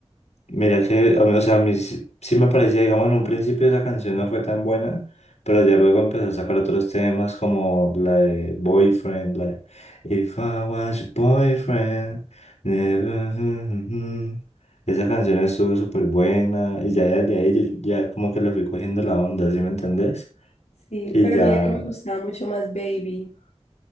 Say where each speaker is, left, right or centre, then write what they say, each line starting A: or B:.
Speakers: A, on the left; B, on the left.
A: mira que, a mí, o sea, a mí sí, sí me parecía, digamos, en un principio esa canción no fue tan buena, pero ya luego empezó a sacar otros temas como la de Boyfriend, la de If I Was Your Boyfriend, never, mm, mm, mm". Esa canción estuvo súper buena y ya desde ahí yo ya como que le fui cogiendo la onda, ¿sí me entendés?
B: Sí,
A: Y
B: pero
A: ya,
B: mira que me gustaba mucho más Baby.